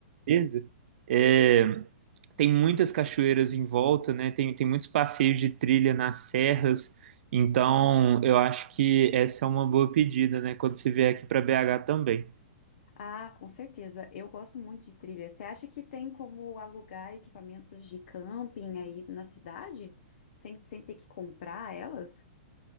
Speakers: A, on the right; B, on the left.
A: Beleza? É, tem muitas cachoeiras em volta, né? Tem, tem muitos passeios de trilha nas serras. Então, eu acho que essa é uma boa pedida, né? Quando você vier aqui para BH também.
B: Ah, com certeza. Eu gosto muito de trilha. Você acha que tem como alugar equipamentos de camping aí na cidade? Sem, sem ter que comprar elas?